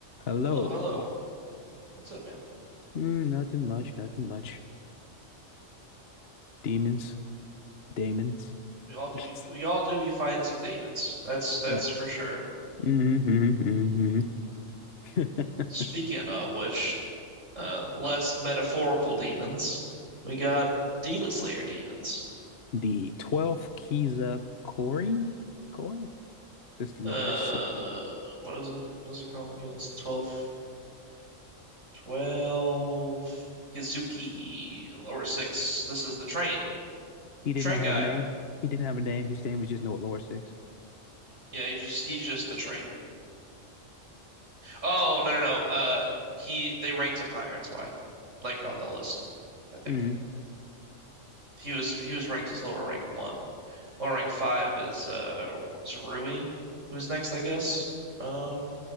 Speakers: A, on the left; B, on the right.
A: Hello.
B: Hello, hello. What's up, man?
A: Mm, nothing much, nothing much. Demons, Damons.
B: We all do
A: <laughs>
B: be we all do be fighting some demons. That's that's
A: Yeah.
B: for sure.
A: hmm hmm hmm
B: Speaking
A: <laughs>
B: of which, uh, less metaphorical demons, we got Demon Slayer demons.
A: The 12th Kiza Kori? Core. This Lower
B: Uh,
A: Six.
B: what is it? What is it called again? It's 12, twelve Kizuki lower six. This is the train,
A: He
B: the
A: did
B: train
A: not
B: guy.
A: have a name. He didn't have a name. His name was just Note Lower 6
B: Yeah, he's just he's just the train. Oh no no no. Uh, he they ranked him higher. That's why, like on the list, I think.
A: hmm
B: He was he was ranked as lower rank one. Lower rank five is uh is Rui, who's next, I guess. Um,